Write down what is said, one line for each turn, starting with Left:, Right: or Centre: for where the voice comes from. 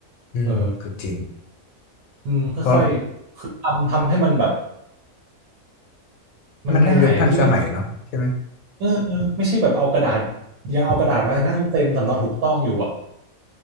Left: อืมก็จริง
Right: เอออืมค่อยๆคือทำทำให้มันแบบ
Left: เพราะ
Right: มันง่ายที่ไม่ต้อง
Left: มันทันยุคทันสมัยเนาะใช่ไหม
Right: เออเออไม่ใช่แบบเอากระดาษยังเอากระดาษมานั่งเซ็นสำเนาถูกต้องอยู่อ่ะ